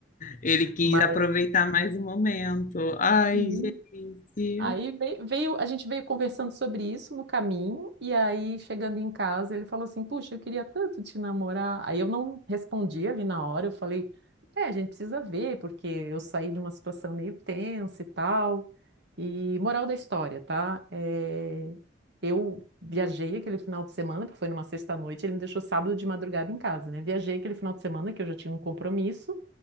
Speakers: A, on the left; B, on the right.
A: Ele quis
B: Mas.
A: aproveitar mais o momento. Ai,
B: uhum.
A: gente.
B: Aí vei- veio, a gente veio conversando sobre isso no caminho, e aí chegando em casa, ele falou assim: Puxa, eu queria tanto te namorar. Aí eu não respondi ali na hora, eu falei: É, a gente precisa ver, porque eu saí de uma situação meio tensa e tal. E moral da história, tá? É, eu viajei aquele final de semana, que foi numa sexta-noite, ele me deixou sábado de madrugada em casa, né? Viajei aquele final de semana, que eu já tinha um compromisso.